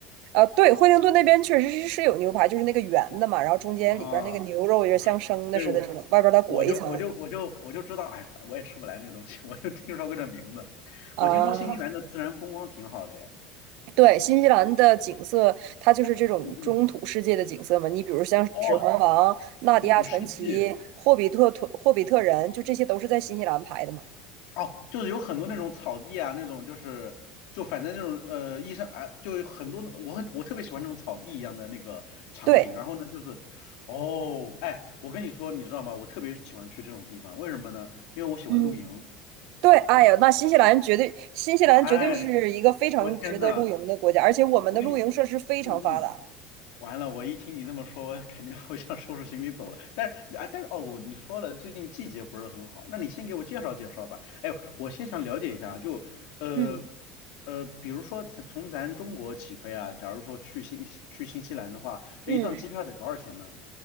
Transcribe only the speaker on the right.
呃，对，惠灵顿那边确实是是有牛排，就是那个圆的嘛，然后中间里边那个牛肉也点像生的似的这种，
外边再裹一层。
啊，
对，新西兰的景色，它就是这种中土世界的景色嘛。
你比如像《指环王》《纳迪亚传奇》《霍比特》《霍比特人》，
就这些都是在新西兰拍的嘛。
对。
嗯。对，哎呀，那新西兰绝对，新西兰绝对是一个非常值得露营的国家，
而且我们的露营设施非常发达。
嗯
嗯，